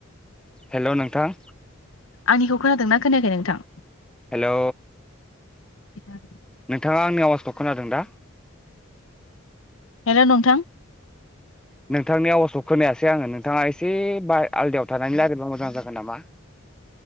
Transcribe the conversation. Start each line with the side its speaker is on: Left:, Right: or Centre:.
Centre: हेल' नोंथां
Left: आंनिखौ खोनादोंना खोनायाखै नोंथां?
Centre: हेलौ
Left: <inaudible>
Centre: नोंथाङा आंनि आवाजखौ खोनादों ना
Left: हेलौ नोंथां
Centre: नोंथांनि आवाजखौ खोनायासै आङो नोंथाङा एसे बा आलदायाव थानानै रायलायबा मोजां जागोन नामा